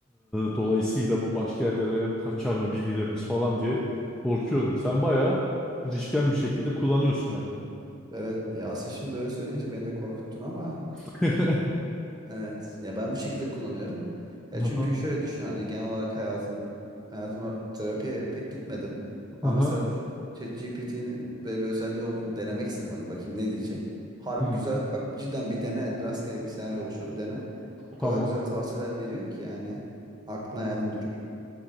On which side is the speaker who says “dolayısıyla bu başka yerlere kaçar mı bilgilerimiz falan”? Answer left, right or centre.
Centre